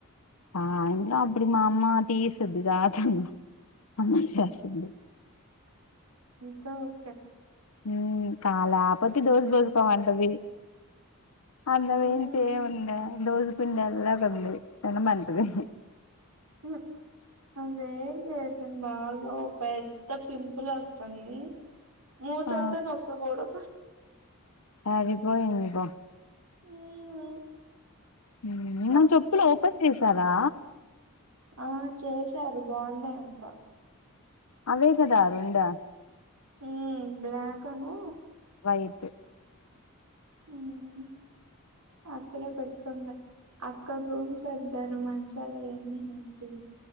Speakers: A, on the left (about 75°); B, on the right (about 85°).
A: ఆ ఆయిద్రా అప్పుడకి మా అమ్మా టీ ఇస్తాదిగా తాగుతాను అమ్మే చేస్తుంది
B: తో ఓకే
A: ఉమ్ క లేకపోతే దోశ పోసుకోమంటుంది అంత
B: హ్మ్.
A: వేన్ంచ ఉన్నా దోశ పిండి ఎలా ఉంది తినమంటది
B: ఉ అవేం చేసాం బాగా ఓ పెద్ద పింపుల్ వస్తుంది మూతంతా
A: ఆ
B: నొప్పికుడా
A: సరిపోఇంది పో
B: మ్మ్
A: మ్
B: చ
A: నా చెప్పులు ఓపెన్ చేసారా
B: ఆ చేశారు బాగున్నాయంట
A: అవే కద రెండు
B: మ్ బ్లాకను
A: వైపు
B: మ్మ్ అక్కడే పెట్టున్నయ్ అక్కడ రూమ్ సర్దారు మంచాలయన్నీ వేసి